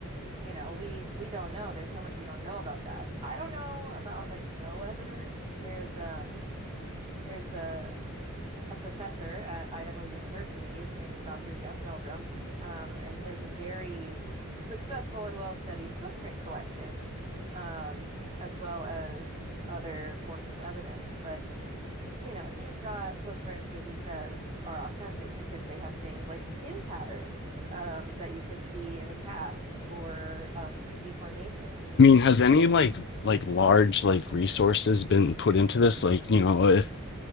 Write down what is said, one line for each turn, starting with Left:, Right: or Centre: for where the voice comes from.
Right: You know, we we don't know. There's so much we don't know about that. I don't know about like no evidence. There's um there's a a professor at Idaho University. His name is Dr. Jeff Meldrum, um, and he has a very successful and well studied footprint collection, um, as well as other forms of evidence. But you know, he's got footprints that he says are authentic because they have things like skin patterns um, that you can see in the casts or um, deformations.
Left: I mean, has any like like large like resources been put into this? Like, you know, if.